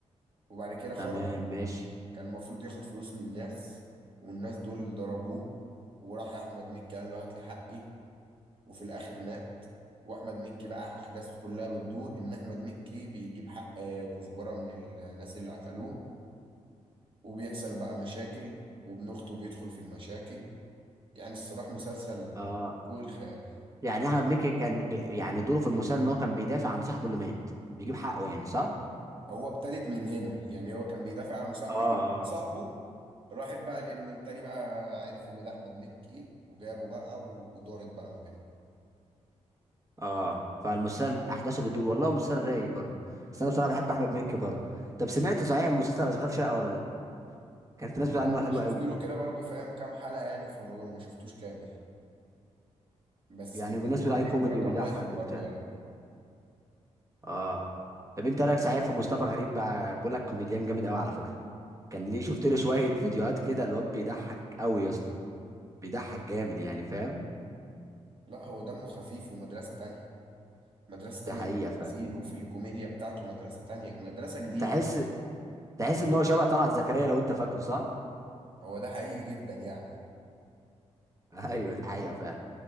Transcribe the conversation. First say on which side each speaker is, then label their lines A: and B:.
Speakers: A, on the right; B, on the right.
A: وبعد كده خرج
B: تمام ماشي
A: كان المفروض ياخد فلوس من الناس والناس دول ضربوه وراح احمد مكي قال له هات لي حقي وفي الاخر مات واحمد مكي بقى احداث كلها بتدور ان احمد مكي بيجيب حق آه، كزبره من ال- الناس اللي قتلوه وبيحصل بقى مشاكل وابن اخته بيدخل في المشاكل يعني الصراحه مسلسل
B: اه
A: فوق الخيال
B: يعني احمد مكي كان بي... يعني دوره في المسلسل ان هو كان بيدافع عن صاحبه اللي مات بيجيب حقه يعني صح
A: هو ابتدت من هنا يعني هو كان بيدافع عن صاحبه
B: اه
A: يجيب صاحبه راحت بقى لانه التاني بقى عرف ان ده احمد مكي وجابه بقى ودارت بقى ما بينهم
B: اه فالمسلسل احداثه بتدور والله مسلسل رايق برضه بس انا بصراحه بحب احمد مكي برضه طب سمعت صحيح مسلسل اشغال شقه ولا لا كان في
A: والله
B: ناس بتقول عنه
A: انا
B: حلو
A: شفت
B: قوي
A: له كده برضو فاهم كام حلقة يعني في رمضان ما شفتوش كامل بس
B: يعني
A: كان
B: والناس بتقول عليه
A: ترند
B: كوميدي
A: رقم
B: وبيضحك
A: واحد
B: وبتاع
A: برضو يعني
B: اه طب انت رايك صحيح في مصطفى غريب بقى بقول لك كوميديان جامد قوي على فكره كان ليه شفت له شويه <laughs> فيديوهات كده الواد بيضحك قوي يا اسطى بيضحك جامد يعني فاهم
A: لا هو دمه خفيف ومدرسة تانية مدرسة
B: ده
A: تانية
B: حقيقه
A: في التمثيل
B: فاهم
A: وفي الكوميديا بتاعته مدرسة تانية مدرسة جديدة
B: تحس تحس ان هو شبه طلعت زكريا لو انت فاكره صح
A: هو ده حقيقي جدا يعني
B: <laughs> ايوه دي حقيقه فعلا